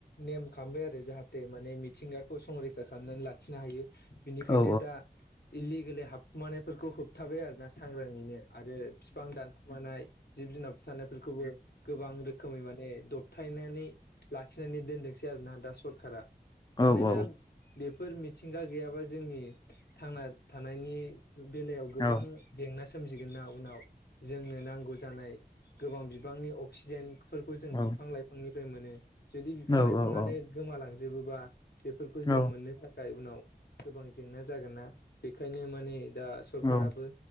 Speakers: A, on the left; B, on the left.
A: नेम खालामबाय आरो जाहाथे माने मिथिंगाखौ संरैखा खालाम लाखिनो हायो बिनिखायनो
B: औ
A: दा इलिगेलै हाबखुमानायफोरखौ होबथाबाय आरोना सांग्राङैनो आरो फिफां दानखुमानाय जिब-जुनार फुथारनायफोरखौबो गोबां रोखोमै माने दबथायनानै लाखिनानै दोनदोंसै आरोना दा सरखारा
B: औ
A: मानोना
B: औ
A: बेफो फोर मिथिंगा गैयाबा जोंनि थांना थानायनि बेलायाव गोबां
B: औ
A: जेंना सो सोमजिगोन ना उनाव जोंनो नांगौ जानाय गोबां बिबांनि अक्सिजेन फोरखौ जों
B: औ
A: बिफां-लाइफांनिफ्राय मोनो जुदि बिफां-लाइफाङानो
B: औ औ
A: गोमालांजोबोबा बेफोरखौ जों
B: औ
A: मोननो थाखाय उनाव गोबां जेंना जागोन ना बेखायनो माने दा सरखाराबो
B: औ